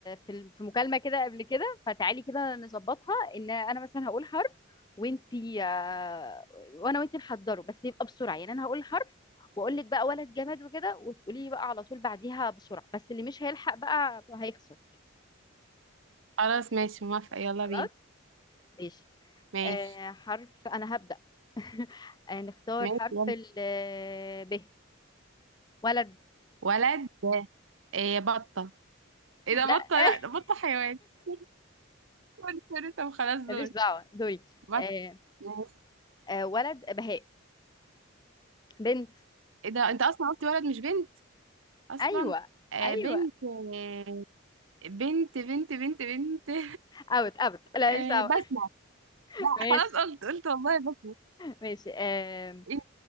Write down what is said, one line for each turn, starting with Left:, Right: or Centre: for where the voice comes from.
Left: في ال... في مكالمه كده قبل كده فتعالي كده نظبطها ان انا مثلا هقول حرف وانتي آه، وانا وانتي نحضره بس يبقى بسرعه يعني انا هقول حرف واقول لك بقى ولد جماد وكده وتقولي لي بقى على طول بعديها بسرعه بس اللي مش هيلحق بقى هيخسر
Right: خلاص ماشي موافقه يلا
Left: خلاص
Right: بينا
Left: ماشي
Right: ماشي
Left: آه حرف أنا هبدأ <laughs> آه نختار
Right: ماشي
Left: حرف
Right: يلا
Left: ال آه، ب ولد
Right: ولد إيه بطه ايه ده
Left: <laughs>
Right: بطه لا ده بطه حيوان <laughs> سوري سوري طب خلاص دول
Left: ماليش دعوة دوري
Right: بطه
Left: آه
Right: ماشي
Left: آه ولد بهاء بنت
Right: ايه ده انت اصلا قلت ولد مش بنت اصلا
Left: أيوة
Right: آه
Left: أيوة
Right: بنت آه بنت بنت بنت بنت <laughs>
Left: أوت أوت لا
Right: آه
Left: ماليش دعوة
Right: بسمه
Left: <laughs>
Right: لا
Left: ماشي
Right: خلاص قلت قلت والله بسمه
Left: ماشي آه
Right: انت